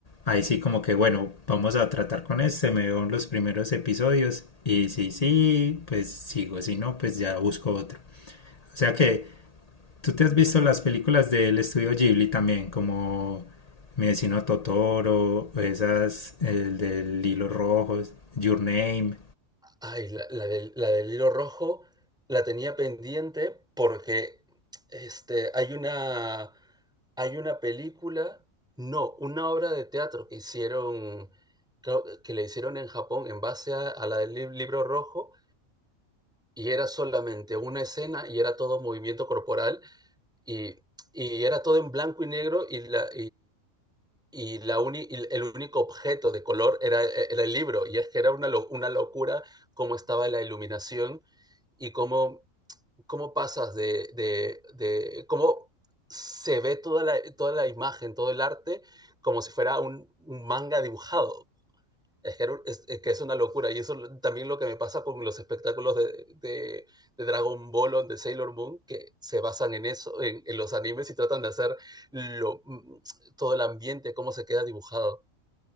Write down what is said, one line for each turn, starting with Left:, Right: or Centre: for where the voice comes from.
Left: ahí sí como que bueno, vamos a tratar con este, me veo en los primeros episodios y si sí, pues sigo, si no, pues ya busco otro. O sea que tú te has visto las películas del estudio Ghibli también, como Mi vecino Totoro, esas, el del hilo rojo, Your Name,
Centre: Ay, la, la del, la del hilo rojo la tenía pendiente porque este, hay una, hay una película, no, una obra de teatro que hicieron, creo que le hicieron en Japón en base a, a la del lib- libro rojo y era solamente una escena y era todo movimiento corporal y, y era todo en blanco y negro y, la, y, la uni, y el único objeto de color era, era, el libro. Y es que era una, una locura cómo estaba la iluminación y cómo, cómo pasas de, de, de cómo se ve toda la, toda la imagen, todo el arte, como si fuera un, un manga dibujado. Es que, es, es que es una locura. Y eso también lo que me pasa con los espectáculos de, de- de Dragon Ball o de Sailor Moon, que se basan en eso, en, en los animes y tratan de hacer lo, mm, todo el ambiente, cómo se queda dibujado.